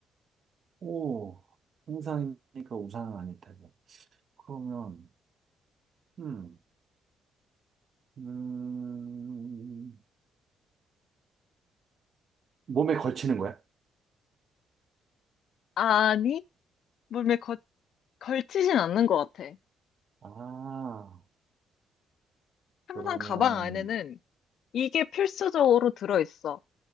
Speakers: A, on the right (about 50°); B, on the left (about 70°).
A: 오, 형상이니까 우산은 아닐 테고. 그러면, 음, 음, 몸에 걸치는 거야?
B: 아니, 몸에 거, 걸치진 않는 것 같아.
A: 아,
B: 항상
A: 그러면,
B: 가방 안에는 이게 필수적으로 들어있어.